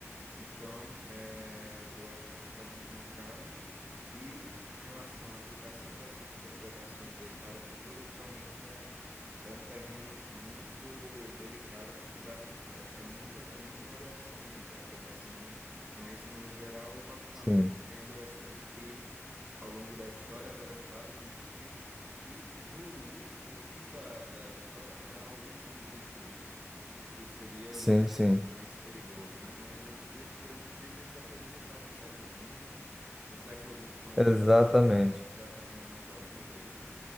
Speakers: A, on the right; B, in the centre.
A: Então, é, eu acho que realmente não cabe. E com relação à aplicação dessas interpretações aí para o futuro, realmente é, é um terreno muito delicado, porque dá, é, é muita, é muita variação de interpretação, né? Mas, no geral, eu particularmente
B: Sim,
A: entendo essa de que, ao longo da história, haverão vários anticristos e, no, ú- no fim da, da história, haverá o último dos anticristos, né? Que seria
B: sim,
A: o mais,
B: sim.
A: mais perigoso, né? Mas anticristo por anticristo, a gente já teve um bocado no século vinte no século vinte e um a
B: Exatamente.
A: gente já já está tendo mais alguns aí